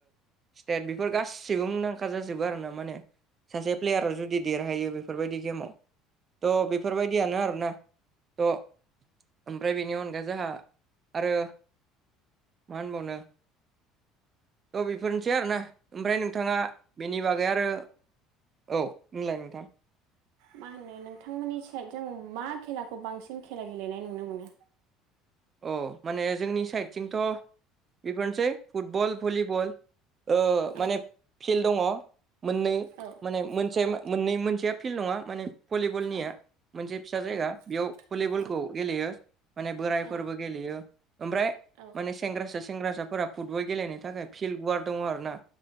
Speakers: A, on the right; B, on the right.
A: स्टेट बेफोर गासैबो मुंदांखा जाजोबो आरोोना माने सासे प्लेयारा जुदि देरहायो बेफोरबायदि गेमाव थ' बेफोरबायदियानो आरोना थ' ओमफ्राय बेनि अनगा जोंहा आरो मा होनबावनो थ' बेफोरनोसै आरोोना ओमफ्राय नोंथाङा बेनि बागै आरो औ नलाय नोंथां
B: मा होनो नोंथांमोननि साइड जों मा खेलाखौ बांसिन खेला गेलेनाय नुनो मोनो
A: औ माने जोंनि साइडथिंथ' बेफोरनोसै फुटबल भलिबल
B: औ
A: माने फिल्ड दङ मोननै
B: औ
A: माने मोनसे
B: औ
A: मोननै मोनसेया फिल्ड नङा माने भलिबलनिया
B: औ
A: मोनसे फिसा जायगा
B: औ
A: बेयाव भलिबलखौ
B: औ
A: गेलेयो माने बोराय
B: औ
A: फोरबो गेलेयो ओमफ्राय
B: औ
A: माने सेंग्रासा सेंग्रासाफोरा फुटबल गेलेनो थाखाय फिल्ड वार दङ आरो ना